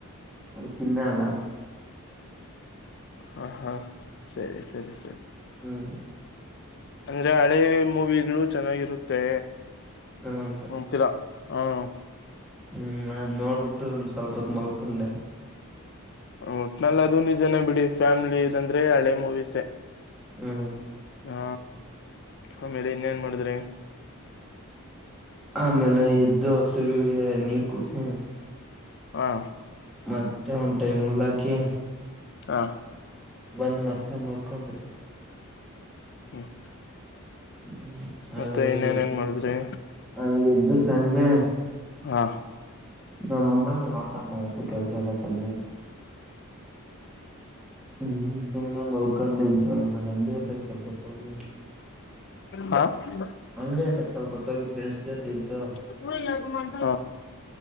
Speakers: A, in the centre; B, on the left (about 50°).
A: ತಿನ್ನಲ್ಲ.
B: ಹಾ ಹಾ ಸರಿ ಸರಿ ಸರಿ.
A: ಹ್ಮ್
B: ಅಂದ್ರೆ ಹಳೆ ಮೂವಿಗಳು ಚೆನ್ನಾಗಿರುತ್ತೆ.
A: ಹ ಅಂತ
B: ಅಂತಿರಾ ಹ್ಮ
A: ಹ್ಮ್ ಅದ್ ನೋಡ್ಬಿಟ್ಟು ಒಂದ್ ಸ್ವಲ್ಪಹೊತ್ ಮಲ್ಕೊಂಡೆ.
B: ಒಟ್ನಲ್ ಅದು ನಿಜನೇ ಬಿಡಿ ಫ್ಯಾಮಿಲಿಸ್ ಅಂದ್ರೆ ಹಳೆ ಮೂವೀಸ್ಸೆ.
A: ಹ್ಮ
B: ಹಾ ಆಮೇಲ್ ಇನ್ನೇನ್ ಮಾಡ್ದ್ರಿ
A: ಆಮೇಲೆ ಎದ್ದು ಹಸುವಿಗೆ ನೀರ್ ಕುಡ್ಸಿ.
B: ಹಾ
A: ಮತ್ತೆ ಒಂದ್ ಟೈಮ್ ಹುಲ್ಲಾಕಿ
B: ಹಾ
A: ಬಂದ್ ಮತ್ ಮತ್ತೆ ಮಲ್ಕೊಂಡೆ.
B: ಹ್ಮ್
A: ಹ್ಮ
B: ಮತ್ತೆ
A: ಆಮೇಲೆ
B: ಇನ್ನೇನೇನ್ ಮಾಡಿದ್ರಿ
A: ಆಮೇಲ್ ಎದ್ದು ಸಂಜೆ.
B: ಹಾ
A: ನಮ್ ಅಮ್ಮ ನೋಡ್ಕೊಂತಾಳೆ ಹುಸು ಕೆಲ್ಸ ಎಲ್ಲ ಸಂಜೆ. ಹ್ಮ್ ಸುಮ್ನೆ ಮುಲ್ಕೊಂಡ ಇದ್ದು ಆಮೇಲೆ ಅಂಗಡಿ ಹತ್ರ ಸ್ವಲ್ಪತ್ ಹೋಗಿ.
B: ಹಾ ಹಾ
A: ಅಂಗ್ಡಿ ಅತ್ರ ಸ್ವಲ್ಪ ತ್ ಹೋಗಿ ಫ್ರೆಂಡ್ಸ್ ಜೊತೆ ಇದ್ದು.
B: ಹಾ ಹಾ <unintelligible>